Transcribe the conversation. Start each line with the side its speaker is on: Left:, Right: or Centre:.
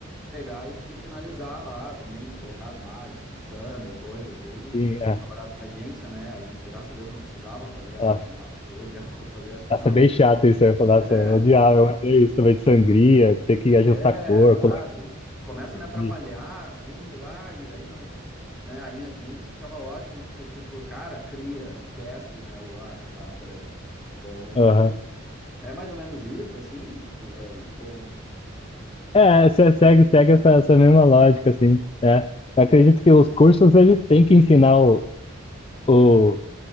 Centre: pegar e, e finalizar lá também, colocar as margens, sangra, coisa, tudo.
Left: sim, é.
Centre: Quando trabalhava em agência, né? Aí, graças a Deus, não precisava fazer arte
Left: tá.
Centre: final. Eu odiava <laughs> fazer arte final.
Left: Nossa, é bem chato isso. Eu ia falar, nossa,
Centre: É,
Left: eu odiava, eu odeio isso também de sangria, ter que ajustar
Centre: É,
Left: a cor,
Centre: sabe?
Left: colocar
Centre: Começa
Left: imprimir.
Centre: a me atrapalhar, assim, eu, ai, aí quando, eu- né, aí em agência eu achava ótimo, porque, tipo, cara, cria, esquece, né, o, ah, tá, beleza. Então,
Left: Aham.
Centre: é mais ou menos isso, assim, tipo, é, ou,
Left: É, se- segue, segue essa, essa mesma lógica, assim, né? Eu acredito que
Centre: tá.
Left: os cursos, eles têm que ensinar o, o,